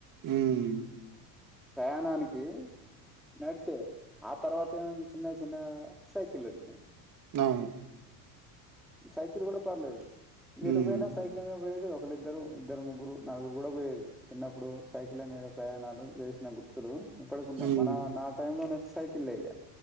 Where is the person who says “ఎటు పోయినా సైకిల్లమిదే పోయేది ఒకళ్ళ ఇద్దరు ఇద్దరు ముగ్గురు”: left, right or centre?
Centre